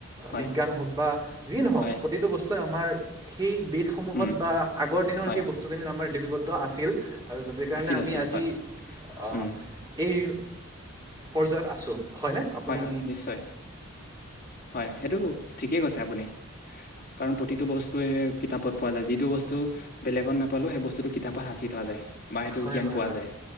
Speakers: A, on the left; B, on the right.
A: হয়,
B: বিজ্ঞান হওক বা যিয়ে নহওক
A: হয়,
B: প্ৰতিটো বস্তুৱে আমাৰ সেই বেদসমূহত
A: উম,
B: বা আগৰ দিনৰ
A: হয়,
B: সেই বস্তুখিনিত আমাৰ লিপিবদ্ধ আছিল। আৰু যাতে কাৰণে
A: আছিল,
B: আমি
A: আছিল,
B: আজি
A: হয়,
B: অ'।
A: উম,
B: এই পৰ্যায়ত আছোঁ হয়নে? আপুনি
A: হয়-হয় নিশ্চয়। হয়, সেইটো ঠিকেই কৈছে আপুনি কাৰণ প্ৰতিটো বস্তুৱে কিতাপত পোৱা যায়। যিটো বস্তু বেলেগত নাপালো সেই বস্তুটো কিতাপত সাঁচি থোৱা যায়। বা সেইটো
B: হয়
A: জ্ঞান
B: হয়
A: পোৱা
B: হয়
A: যায়